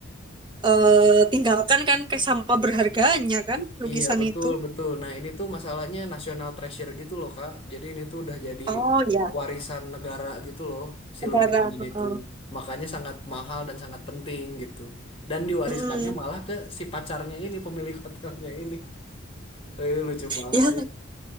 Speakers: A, on the right (about 25°); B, on the left (about 30°).
A: ditinggalkan kan kayak sama berharganya kan lukisan
B: Iya betul
A: itu.
B: betul. Nah ini tuh masalahnya national treasure gitu loh Kak. Jadi ini tuh udah jadi
A: Oh ya,
B: warisan negara gitu loh si
A: negara.
B: lukisan ini
A: Heeh.
B: tuh. Makanya sangat mahal dan sangat penting gitu. Dan diwariskannya
A: Hmm,
B: malah ke si pacarnya ini pemilik <laughs> hotelnya ini. Eh, lucu banget
A: ya
B: sih.